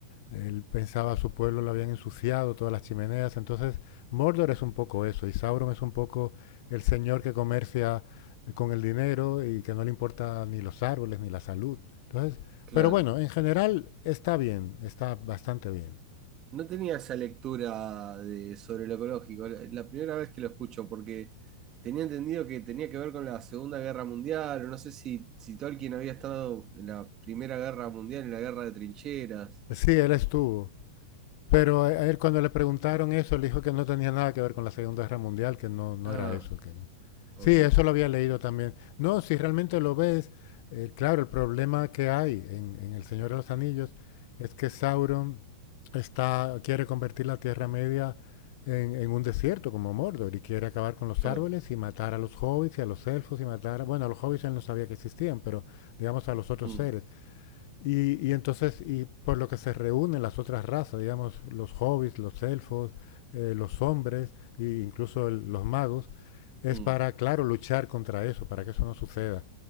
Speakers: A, on the left (about 50°); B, on the right (about 25°).
A: él pensaba a su pueblo lo habían ensuciado, todas las chimeneas. Entonces, Mordor es un poco eso, y Sauron es un poco el señor que comercia con el dinero y que no le importa ni los árboles ni la salud. Entonces,
B: claro.
A: pero bueno, en general está bien, está bastante bien.
B: No tenía esa lectura de, sobre lo ecológico, la, la primera vez que lo escucho, porque tenía entendido que tenía que ver con la Segunda Guerra Mundial, o no sé si, si Tolkien había estado en la Primera Guerra Mundial, en la Guerra de Trincheras.
A: Sí, él estuvo. Pero a él cuando le preguntaron eso, le dijo que no tenía nada que ver con la Segunda Guerra Mundial, que no, no
B: Ah,
A: era eso. Que no.
B: ok,
A: Sí, eso lo había leído también. No, si realmente lo ves, eh, claro, el problema que hay en, en El Señor de los Anillos es que Sauron está, quiere convertir la Tierra Media en, en un desierto como Mordor y quiere acabar con los
B: claro.
A: árboles y matar a los hobbits y a los elfos y matar, bueno, a los hobbits él no sabía que existían, pero digamos a los otros
B: Mm,
A: seres. Y, y entonces, y por lo que se reúnen las otras razas, digamos, los hobbits, los elfos, eh, los hombres e incluso el- los magos, es
B: mm,
A: para, claro, luchar contra eso, para que eso no suceda.